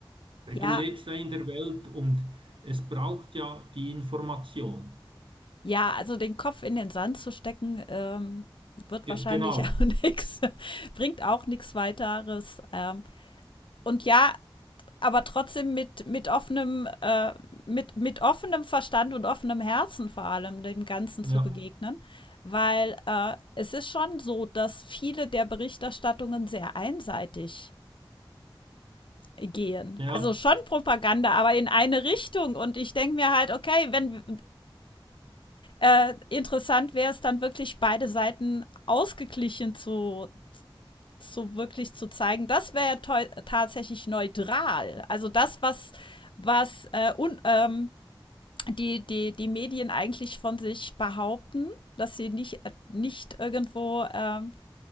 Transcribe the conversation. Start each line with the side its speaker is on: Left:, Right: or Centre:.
Right: Weil
Left: Ja,
Right: Du lebst ja in der Welt und es braucht ja die Information.
Left: Ja, also den Kopf in den Sand zu stecken, ähm, wird
Right: Ge
Left: wahrscheinlich
Right: genau.
Left: auch <laughs> nichts, bringt auch nichts weiteres. Ähm, und ja, aber trotzdem mit, mit offenem, äh, mit, mit offenem Verstand und offenem Herzen vor allem dem Ganzen
Right: Ja,
Left: zu begegnen. Weil äh, es ist schon so, dass viele der Berichterstattungen sehr einseitig gehen.
Right: ja,
Left: Also schon Propaganda, aber in eine Richtung. Und ich denke mir halt, okay, wenn Äh, interessant wäre es dann wirklich, beide Seiten ausgeglichen zu, zu wirklich zu zeigen. Das wäre ja teu- tatsächlich neutral. Also das, was, was äh, un, ähm, die, die, die Medien eigentlich von sich behaupten, dass sie nicht, äh, nicht irgendwo ähm,